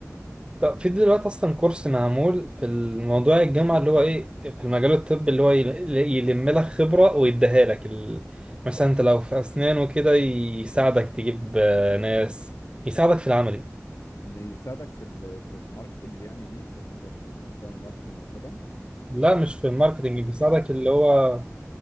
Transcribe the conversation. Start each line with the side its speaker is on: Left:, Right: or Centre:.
Right: طب في دلوقتي اصلا كورس معمول في الموضوع الجامعه اللي هو ايه في المجال الطبي اللي هو يل- يلم لك خبره ويديها لك ال... مثلا انت لو في اسنان وكده يساعدك تجيب آه، ناس يساعدك في العملي
Left: إن يساعدك في ال- في الماركتنج يعني ليك ان انت ت- تعمل ماركتنج وكده
Right: لا مش في الماركتنج بيساعدك اللي هو